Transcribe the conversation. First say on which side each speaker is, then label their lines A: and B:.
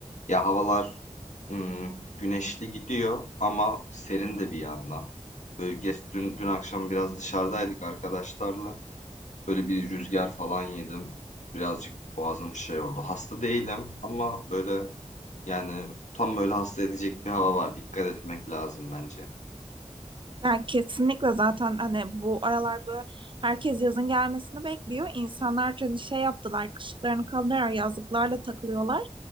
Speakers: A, on the left; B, on the right.
A: Ya havalar hmm, güneşli gidiyor ama serin de bir yandan. Böyle geç, dün, dün akşam biraz dışarıdaydık arkadaşlarla. Böyle bir rüzgar falan yedim. Birazcık boğazım şey oldu. Hasta değilim ama böyle yani tam böyle hasta edecek bir hava var. Dikkat etmek lazım bence.
B: Ya kesinlikle zaten hani bu aralar bu herkes yazın gelmesini bekliyor. İnsanlar hani şey yaptılar, kışlıklarını kaldırarak yazlıklarla takılıyorlar.